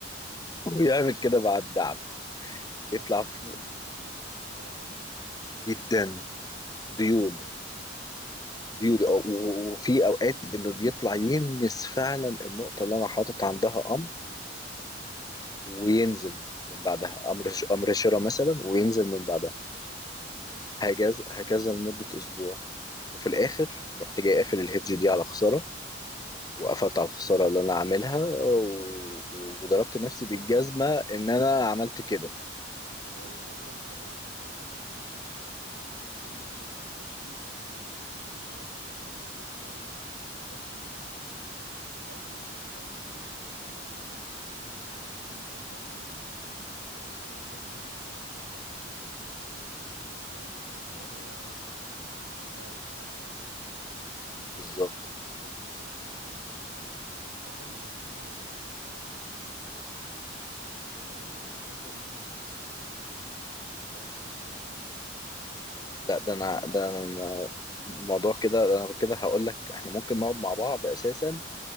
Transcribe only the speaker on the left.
ويعمل كده
مع الدعم
يطلع فوق
جدا ديول
ديول أو- و- وفي اوقات انه بيطلع يلمس فعلا النقطه اللي انا حاطط عندها امر وينزل من بعدها امر ش- امر شراء مثلا وينزل من بعدها هكذا هكذا لمده اسبوع وفي الاخر رحت جاي قافل الهيدج دي على خساره وقفلت على
الخساره اللي انا عاملها و... وضربت نفسي
بالجزمه ان انا
عملت كده
بالظبط
لا ده انا
ده انا الموضوع كده ده انا كده هقول لك احنا ممكن نقعد مع بعض اساسا